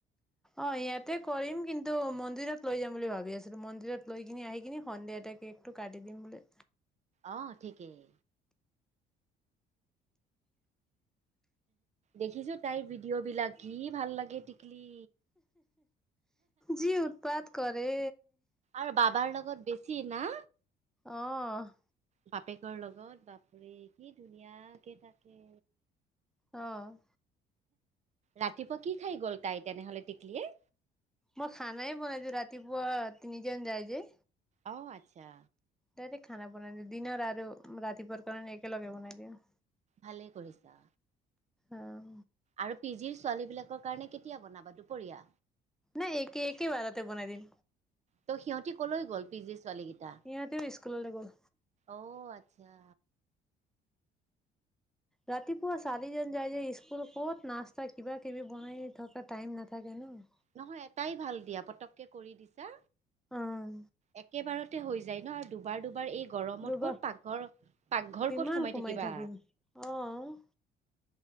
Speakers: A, in the centre; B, on the right.
A: অ', ইয়াতে কৰিম কিন্তু মন্দিৰত লৈ যাম বুলি ভাবি আছিলোঁ মন্দিৰত লৈ কিনি আহি কিনি সন্ধিয়া কেক কাটি দিম বুলি।
B: অ' ঠিকেই। দেখিছো তাইৰ ভিডিঅ' বিলাক, কি ভাল লাগে টিকলি
A: যি উৎপাত কৰে।
B: আৰু বাবাৰ লগত বেছি না।
A: অ'।
B: বাপেকৰ লগত বাপৰে কি ধুনীয়া কে থাকে!
A: অ'।
B: ৰাতিপুৱা কি খাই গ'ল তাই তেনেহলে টিকলিয়ে?
A: মই খানাই বনাইছো ৰাতিপুৱা তিনিজন যাই যে।
B: অ', আচ্ছা।
A: ডাইৰেক্ট খানা বনাই দিওঁ দিনৰ আৰু ৰাতিপুৱাৰ কাৰণে একেলগে বনাই দিওঁ।
B: ভালেই কৰিছা।
A: অঁ
B: আৰু পি জিৰ ছোৱালী বিলাকৰ কাৰণে কেতিয়া বনাবা দুপৰীয়া?
A: নাই একে, একে বাৰতে বনাই দিম।
B: ত সিহঁতি কলৈ গল পি জি ছোৱালী কেইটা?
A: সিহঁতেও স্কুললৈ গ'ল
B: অ ঔ আচ্ছা!
A: ৰাতিপুৱা চাৰিজন যায় যে স্কুল ক'ত নাস্তা কিবা কিবি বনাই থকা টাইম নাথাকে ন'
B: নহয় এটাই ভাল দিয়া পতককে কৰি দিছা।
A: অ'
B: একেবাৰত- তে হৈ যায় ন' আৰু দুবাৰ দুবাৰ এই গৰমত
A: দুবাৰ
B: ক'ত পাকঘৰ, পাকঘৰ
A: কিমান
B: ক'ত সোমাই থাকিবা।
A: থাকিম অ'